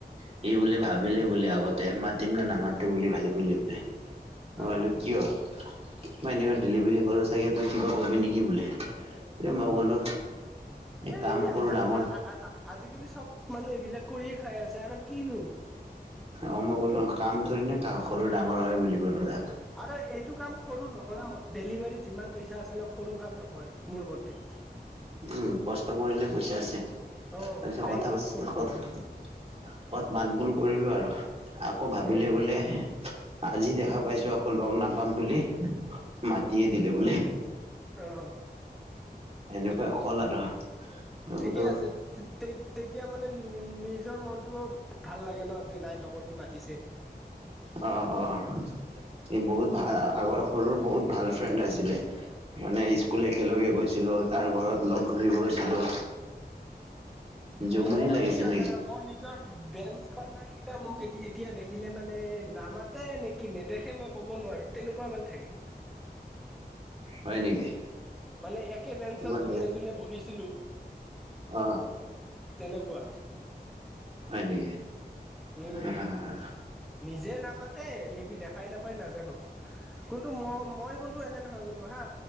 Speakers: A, on the right; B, in the centre.
A: সি বোলে ভাবিলে
B: উম
A: বোলে আগতে, মাতিম নে নামাটো বুলি ভাবিলে বোলে। মই
B: অ',
A: বোলো কিয়? মই এনেকুৱা ডেলিভাৰী কৰো চাগে, তই কিবা কবি নেকি বোলে। তে
B: অ,
A: মই
B: অ,
A: ক'লো
B: <unintelligible>
A: এই কাম সৰু ডাঙৰ
B: আজিকালি চব মানুহ এইবিলাক কৰিয়ে খাই আছে আৰু কিনো।
A: অ, মই ক'লো, কাম থৰি না কা সৰু-ডাঙৰ হয় বুলি ক'লো তাক।
B: আৰু এইটো কাম সৰু নহয়, ডেলিভাৰীত যিমান পইচা আছে ন, সৰু কাম নহয়, মোৰ মতে।
A: উম, কষ্ট কৰিলে পইচা আছে, তাৰপিছত
B: অ', তে
A: কথা-কথা
B: ক'ত সৰু কাম
A: <unintelligible> মাত- বোল কৰিলো আৰু আকৌ ভাবিলে
B: অ',
A: বোলে আজি দেখা পাইছো, আকৌ লগ নাপাম বুলি মাতিয়ে দিলে বোলে।
B: অ, অ।
A: এনেকুৱা হ'ল আৰু। মই
B: ঠিকে
A: বোলো
B: আছে, তে তেতিয়া মানে নিজৰ মনতটোও ভাল লাগে ন, যে নাই লগৰটো মাতিছে।
A: অ, অ। স বহুত ভাল আগৰ সৰুৰ বহুত ভাল ফ্ৰেণ্ড আছিলে মানে স্কুল এ একেলগে গৈছিলো তাৰ ঘৰত লগ ধৰিব গৈছিলোঁ জমনি
B: মোৰ
A: লাগিছিল
B: কি হয় জানা মই নি বেঞ্চ পাৰ্টনাৰ কেইটাই মোক এ এতিয়া দেখিলে মানে নামাত ত নেকি নেদেখে মই ক'ব নোৱাৰো তেনেকুৱা মানে থাকে
A: হয় নেকি
B: মানে একে বেঞ্চত
A: তোমাৰ
B: যোনে যোনে বহিছিলো
A: অ
B: তেনেকুৱা
A: হয় নেকি
B: উম
A: আহ
B: নিজে নামাতে নেকি দেখাই নাপায় নাজানো কোনটো মই মই কোনটো এনে নহয় কোনটো হা